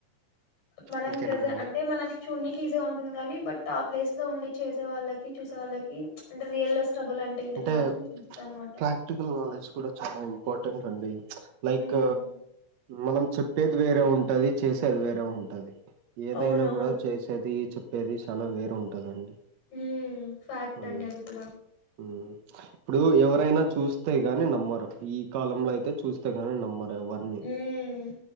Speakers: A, on the left; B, on the right.
A: మనం
B: ఇంకేంటండి
A: ప్రెజెంట్ అంటే మనకి చూనికి ఈజీగా ఉంటుంది గానీ బట్ టా ప్లేస్ లో ఉండి చేసే వాళ్ళకి చూసే వాళ్ళకి అంటే రియల్ స్ట్రగుల్ ఏంటని
B: అంటే
A: మాత్రం తెలుస్తది అనమాట
B: ప్రాక్టికల్ నాలెడ్జ్ కూడా చాలా ఇంపా పార్టెంట్ అండి లైక్
A: హ్మ్
B: మనం చెప్పేది వేరే ఉంటది చేసేది వేరే ఉంటది ఏదైనా
A: అవునవును
B: గూడా చేసేది చెప్పేది చాలా వేరు ఉంటదండి
A: ఉమ్ ఫ్యాక్ట్
B: ఉమ్,
A: అండి అది కూడా
B: ఉమ్ ఇప్పుడు ఎవరైనా చూస్తే గాని నమ్మరు ఈ కాలంలో అయితే చూస్తే గాని నమ్మరు ఇవన్నీ
A: హ్మ్